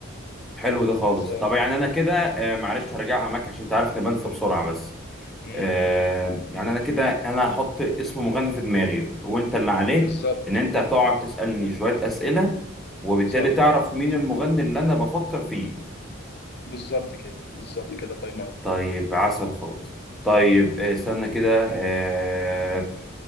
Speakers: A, in the centre; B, on the left (about 50°).
A: حلو ده خالص
B: خلصان
A: طب يعني انا كده آه، معلش هرجعها معاك عشان تعرف اني بنسى بسرعه بس
B: مم.
A: آه، يعني انا كده انا هحط اسم مغني في دماغي وانت اللي عليك
B: بالظبط
A: ان انت هتقعد تسألني شوية اسئلة وبالتالي
B: صح
A: تعرف مين المغني اللي انا بفكر فيه
B: بالظبط كده بالظبط كده الله ينور
A: طيب عسل خالص طيب آه، استنى كده آه،